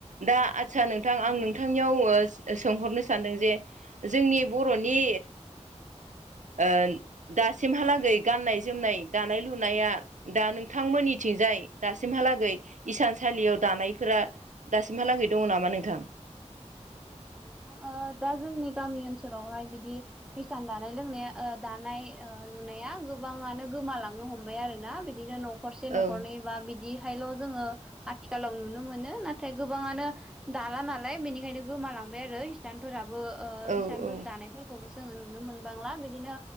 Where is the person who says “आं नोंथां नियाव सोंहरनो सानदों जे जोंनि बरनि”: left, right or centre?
Right